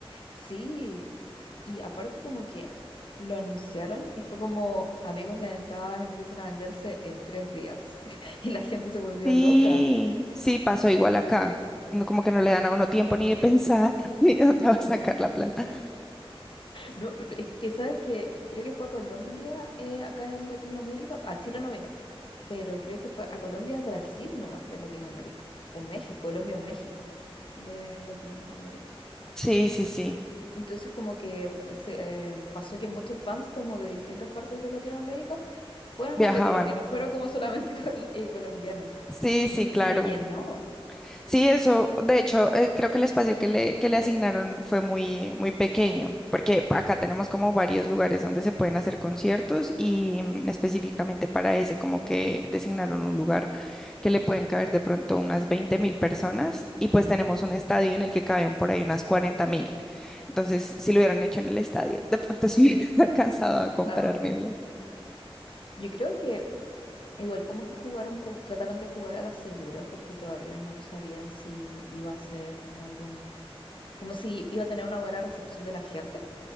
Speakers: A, on the left; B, in the centre.
A: sí. Y aparte como que lo anunciaron y fue como, amigos, las entradas empiezan a venderse en tres días. <laughs> Y la gente se volvió
B: Sí,
A: loca.
B: sí, pasó igual acá. No, como que no le dan a uno tiempo ni de pensar <laughs> ni de dónde va a sacar la plata.
A: No, pero es que sabes que creo que fue a Colombia, eh, acá en Latinoamérica, a Chile no vino, pero creo que fue a Colombia, Brasil nomás de Latinoamérica, o México, Colombia, México, de Latinoamérica.
B: Sí, sí, sí,
A: Entonces como que pues, se, eh, pasó que muchos fans como de distintas partes de Latinoamérica fueron
B: viajaban.
A: al de Colombia, no fueron como solamente <laughs> col- eh, colombianos,
B: Sí, sí,
A: porque
B: claro.
A: se llenó.
B: Sí, eso, de hecho, eh, creo que el espacio que le, que le asignaron fue muy, muy pequeño, porque acá tenemos como varios lugares donde se pueden hacer conciertos y mm, específicamente para ese, como que designaron un lugar que le pueden caber de pronto unas veinte mil personas y pues tenemos un estadio en el que caben por ahí unas cuarenta mil. Entonces, si lo hubieran hecho en el estadio, de pronto sí <laughs> hubiera alcanzado a comprar
A: No,
B: mi boleto.
A: Yo creo que Igual como que jugaron, con- trataron de jugar a la segura porque todavía no sabían si iba a ser como algo, como si iba a tener una buena recepción de la gente.